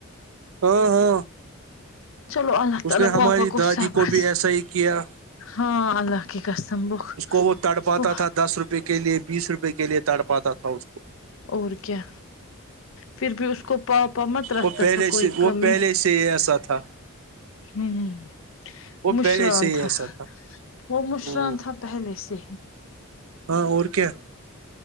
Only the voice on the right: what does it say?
ہاں ہاں
اس
نے ہماری
دادی
بھی
ایسا ہی کیا
اس کو وہ تڑ پاتا
تھا دس کے لیے بیس روپئے کے لیے تڑ پاتا تھا اس کو
وہ پہلے
سے وہ
پہلے ایسا تھا
وہ
پہلے سے ہی
ایسا
ہ
ہاں اور کیا